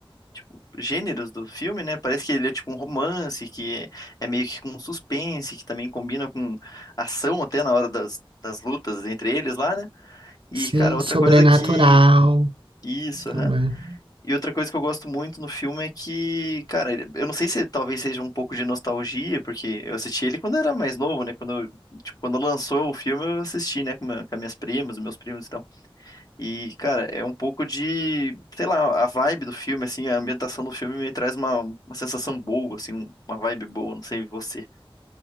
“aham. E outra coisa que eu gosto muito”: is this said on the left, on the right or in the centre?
Left